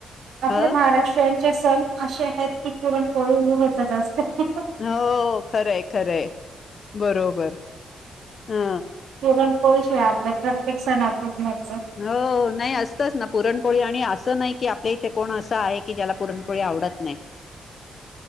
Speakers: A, on the right; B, on the left.
A: आपले
B: अ
A: महाराष्ट्रीयन चे सण अशे आहेत की पुरण पोळी होतच असते.
B: हो खरंय खरंय बरोबर हा
A: पुरण पोळी शिवाय आपला प्रत्येक सण अपुर्ण च
B: हो नाही असतच ना पुरणपोळी आणि असं नाही की आपल्या इथे कोण असं आहे की ज्याला पुरणपोळी आवडत नाही.
A: <inaudible>